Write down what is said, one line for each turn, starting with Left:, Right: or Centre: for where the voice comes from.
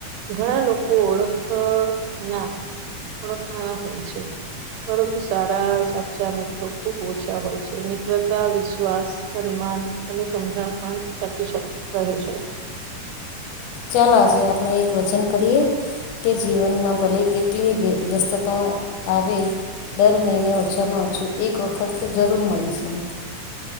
Right: ઘણા લોકો ઓળખ ના ઓળખના ના હોય છે. પરંતુ સારા સાચા મિત્રો ખુબ ઓછા હોય છે મિત્રતા વિશ્વાસ સન્માન અને સમજણ પણ ટકી શકવાની છે.
Left: ચાલો આજે એક વચન કરીએ કે જીવનમાં ભલે કેટલી વ વ્યસ્તતા આવે દર મહિને ઓછામાં ઓછું એક વખત તો જરૂર મળીશું.